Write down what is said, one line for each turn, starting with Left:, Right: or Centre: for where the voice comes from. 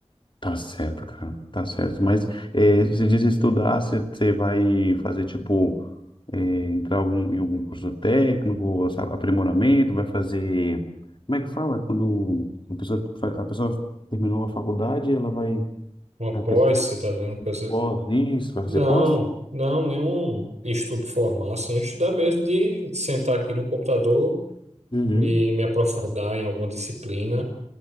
Left: Tá certo, cara. Tá certo. Mas é, você disse estudar, você, você vai fazer tipo é, entrar algum- em algum curso técnico, sa- aprimoramento, vai fazer. Como é que fala? Quando a pessoa, fa- a pessoa terminou a faculdade, ela vai,
Right: Uma
Left: vai
Right: pós,
Left: crescer
Right: você tá vendo coisa.
Left: pós, isso, vai fazer
Right: Não,
Left: pós?
Right: não, nenhum estudo formal, assim. É Estudar mesmo de sentar aqui no computador,
Left: Uhum.
Right: me, me aprofundar em alguma disciplina,